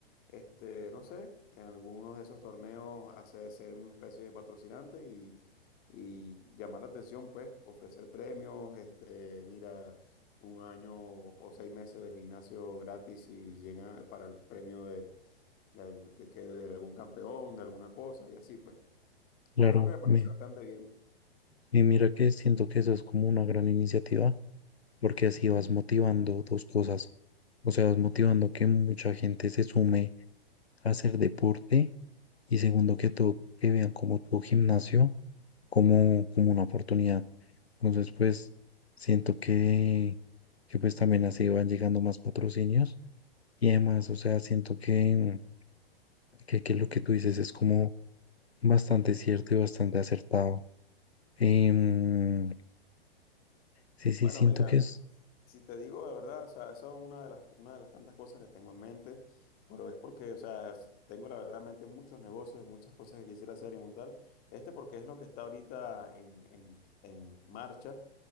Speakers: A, on the left; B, on the left.
A: Este, no sé, en algunos de esos torneos hace ser una especie de patrocinante y, y llamar la atención, pues, ofrecer premios, este, mira, un año o seis meses de gimnasio gratis y llega para el premio de del, que, que de algún campeón, de alguna cosa y así, pues.
B: Claro,
A: Yo creo que me parece
B: me,
A: bastante bien.
B: Y mira que siento que eso es como una gran iniciativa, porque así vas motivando dos cosas. O sea, vas motivando que mucha gente se sume a hacer deporte y segundo que todo, que vean como tu gimnasio como, como una oportunidad. Entonces, pues, siento que, que pues también así van llegando más patrocinios y además, o sea, siento que, que, que lo que tú dices es como bastante cierto y bastante acertado. Em, sí, sí,
A: Bueno,
B: siento
A: mira,
B: que es
A: si te digo la verdad, o sea, esa es una de las, una de las tantas cosas que tengo en mente, pero es porque, o sea, s- tengo la verdad en mente muchos negocios y muchas cosas que quisiera hacer y montar. Este porque es lo que está ahorita en, en, en marcha.